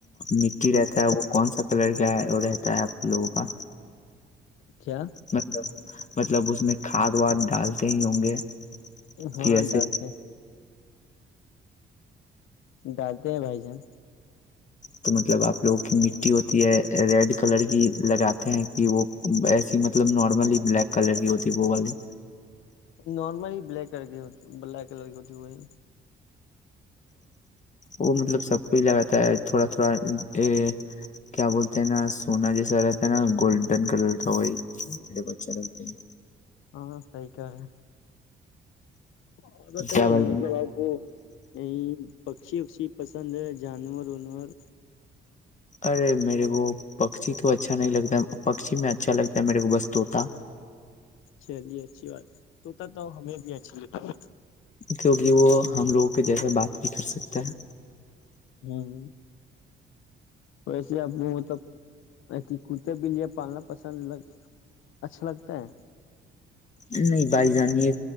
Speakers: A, on the left; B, on the left.
A: مٹی رہتا ہے وہ کون سا کلر کیا ہے وہ رہتا ہے آپ لوگوں کا <unintelligible>
B: کیا
A: مطلب مطلب اس نے ہھاد واد ڈالتے ہی ہوں گے
B: ہاں
A: کہ ایسے
B: ڈالتے ڈالتے ہیں بھائی جان
A: تو مطلب آپ لوگوں کی مٹی ہوتی ہے ریڈ کلر کی لگاتے ہیں کہ وہ ایسی مطلب نارملی بلیک کلر کی ہوتی ہے وہ والی
B: نارملی بلیک کلر کی ہوتی بلیک کلر کی ہوتی وہی
A: وہ مطلب سب کو ہی لگاتا ہے تھوڑا تھوڑا یہ کیا بولتے ہیں نا سونا جیسا رہتا ہے نا گولڈن کلر کا وہی میرے کو اچھا لگتا ہے
B: ہاں صحی کہ ہے ہاں بتائیے
A: کیا بھائی
B: نا
A: جان
B: مطلب آپ کو یہ پکشی اکشی پسند ہے جانور وانور
A: ارے میرے کو پکچی تو اچھا نہیں لگتا پکچی میں اچھا لگتا ہے میرے کو بس طوطا
B: چلیے اچھی بات توتا تو ہمیں بھی اچھی لگتی ہے
A: کیونکہ وہ ہم لوگوں کےہ جیسے بات بھی کر سکتا ہے
B: ہاں ہ <inaudible> ویسے آپ کو مطلب ا کتے بھیلے پالنا پسندگ اچھا لگتا ہے
A: نہیں بھائی جانیے